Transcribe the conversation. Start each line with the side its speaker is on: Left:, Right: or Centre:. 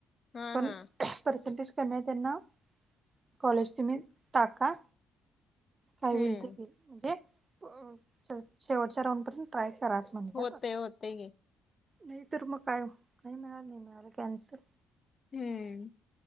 Left: हा
Right: पण
Left: हा
Right: पसेंटेज कमी हाय त्यांना, कॉलेज तुम्ही टाका काय
Left: हम्म
Right: होईल ते होईल म्हणजे, शेवटच्या राऊंड पर्यंत ट्राय कराच म्हणत्यात.
Left: होतय होतय की
Right: नाही तर मग काय, नाही मिळालं नाही मिळालं कॅन्सल.
Left: हम्म.